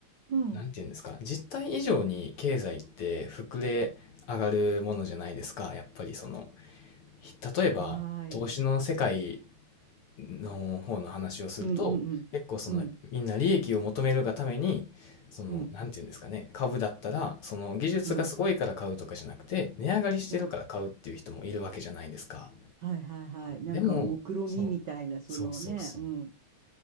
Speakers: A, on the right; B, on the left.
A: うん。
B: なんて言うんですか、実態以上に経済って膨れ上がるものじゃないですか。やっぱりその、例えば投資の世界
A: はーい。
B: の方の話をすると、
A: うんうんうん。
B: 結構そのみんな利益を求めるがために、
A: うん
B: その、
A: うん
B: なんて言うんですかね、株だったら、その技術がすごいから買うとかじゃなくて、
A: うん
B: 値上がりしてるから買うっていう人もいるわけじゃないですか。
A: うん。はいはいはい。なんか目論見みみたいな、
B: でも、そう、
A: そのね。
B: そうそうそう。
A: うん。